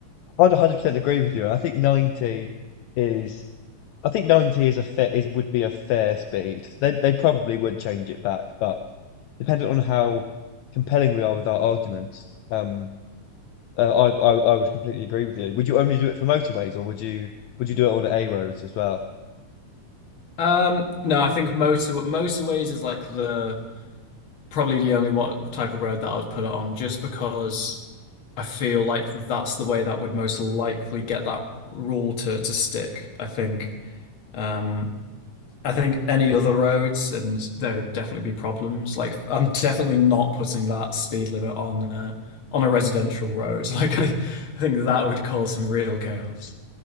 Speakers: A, on the left; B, on the left.
A: I'd 100% agree with you. I think 90 is I think 90 is a fair is would be a fair speed. They they probably would change it back, but dependent on how compelling we are with our arguments, um, uh, I, I I would completely agree with you. Would you only do it for motorways, or would you would you do it on A roads as well? <laughs>
B: that? Um, no, I think motor motorways is like the probably the only what type of road that I would put it on, just because I feel like that's the way that would most likely get that rule to to stick. I think. Um, I think any other roads, and there would definitely be problems. Like I'm definitely not putting that speed limit on uh, on a residential road. <laughs> Like I, I think that would cause some real chaos.